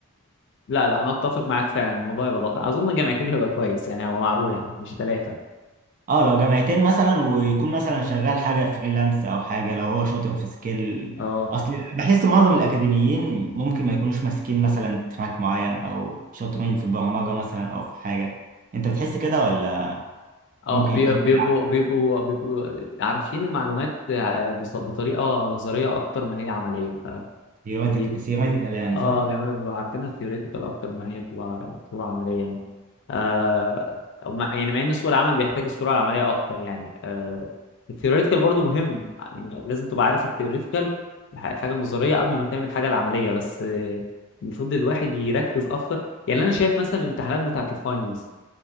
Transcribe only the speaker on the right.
اه لو جامعتين مثلا ويكون مثلا شغال حاجة فريلانس او حاجة لو هو شاطر في سكيل
اصل بحس معظم الاكاديميين ممكن ما يكونوش ماسكين مثلا تراك معين او شاطرين في البرمجة مثلا او في حاجة انت بتحس كده ولا
ممكن
يكون
في لعب
سيرماتيك
سيرماتيكال يعني
صح؟